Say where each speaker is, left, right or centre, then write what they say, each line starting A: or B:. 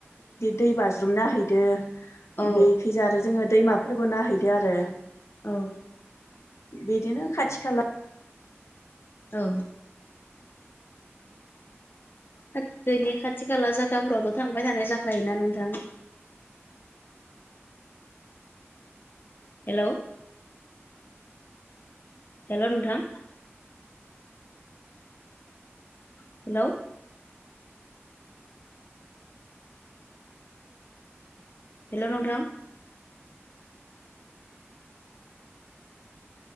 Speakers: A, on the left; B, on the left.
A: दै बाज्रुम नाहैदो
B: औ
A: बेखैजा आरो जोङो दै फोरबो नाहैदो आरो।
B: औ
A: बिदिनो खाथि खाला
B: औ खाथथिनि खाथि खाला जागाफोरावथ थांबाय थानाय जाखायोना नोंथां। हेलौ हेलौ नोंथां। हेलौ हेलौ नोंथां।